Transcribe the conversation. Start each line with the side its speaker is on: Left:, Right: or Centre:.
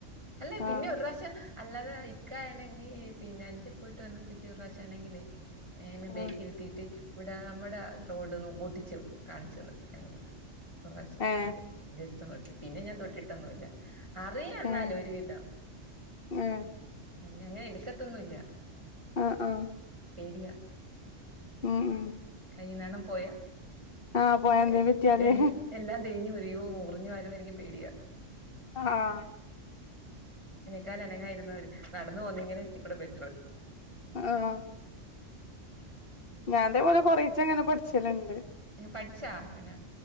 Right: അല്ല പിന്നെ
Left: ആ
Right: ഒരു പ്രാവിശ്യം അല്ലാതെ ഇക്ക ആണെങ്കി പിന്നെ അഞ്ചേ പോയിട്ട് വന്നപ്പം ഒരു പ്രാവിശ്യാണെങ്കിലേ എന്നെ ബേക്കി
Left: ഉം
Right: ഇരുത്തിട്ട് ഇവടെ നമ്മുടെ റോഡ് ഓട്ടിച്ചു കാണിച്ച് തന്നായിരുന്നു ഒരു പ്രാശ്യം
Left: ഏ
Right: ജസ്റ്റ് ജസ്റ്റൊന്ന് ഓടിച്ച് പിന്നെ ഞാൻ തൊട്ടിട്ടൊന്നുവില്ല അ അറിയാ എന്നാലും
Left: ഏ
Right: ഒരു വിധം
Left: ഏ
Right: അങ്ങനെ എടുക്കത്തൊന്നുവില്ല
Left: ആഹ് ആഹ്
Right: പേടിയ
Left: ഉം ഉം
Right: കയ്യിന്നാണം പോയ
Left: ആ പോയ എന്തേ
Right: എ
Left: പറ്റിയാല്
Right: എല്ലാം എല്ലാം തീ തേഞ്ഞു വരുകയോ മുറിഞ്ഞു വരുന്നോ എനിക്ക് പേടിയാ
Left: ആഹ്
Right: കാല് അനങ്ങാതിരുന്നവര് നടന്ന് പോന്നങ്കില് കൊറച്ച് കൂടെ ബെറ്ററ്
Left: ആഹ് ഞാൻ ഇതേപോലെ കൊറേച്ചെങ്ങനെ പഠിച്ചല്ണ്ട്
Right: പഠിച്ചാ അങ്ങനെ